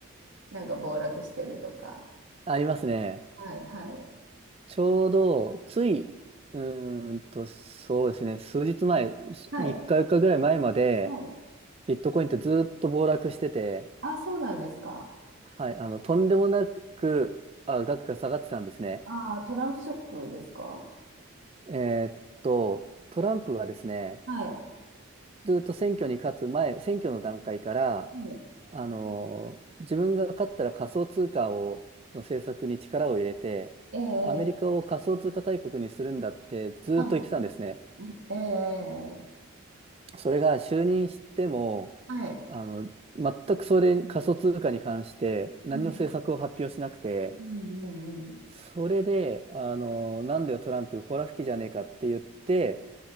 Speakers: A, on the right; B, on the right.
A: なんか暴落してるとか。
B: ありますね。
A: はいはい。
B: ちょうど、つい、うーんと、そうですね。数日前、
A: はい。
B: 3日4日ぐらい前まで、
A: はい。
B: ビットコインってずーっと暴落してて、
A: あ、そうなんですか。
B: はい、あの、とんでもなく、あ、額が下がってたんですね。
A: ああ、トランプショックですかは
B: えーっと、トランプがですね、
A: い。
B: ずーっと選挙に勝つ前、選挙の段階から、
A: はい。
B: あの、自分が勝ったら仮想通貨を、の政策に力を入れて、
A: ええ、
B: アメリカを仮想通貨大国にするんだってずっと言ってたんですね。
A: はい。ええ、
B: それが就任しても、
A: はい。
B: あの、全くそれに、仮想通貨に関して何の政策を発表しなくて、
A: うん。うん、うん、うん。
B: それで、あの、なんだよトランプ、ほら吹きじゃねえかって言って、